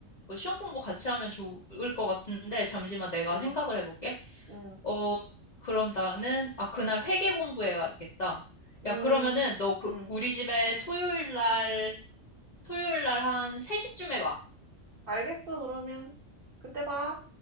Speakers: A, on the left; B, on the right.
A: 어, 시험 공부 같이 하면 좋을 것 같은데, 잠시만 내가
B: 응,
A: 생각을 해볼게.
B: 응.
A: 어, 그럼 나는, 아, 그날 회계 공부해야겠다.
B: 음,
A: 야, 그러면은, 너 그,
B: 음.
A: 우리 집에 토요일 날, 토요일 날 한 3시쯤에 와.
B: 알겠어, 그러면. 그때 봐.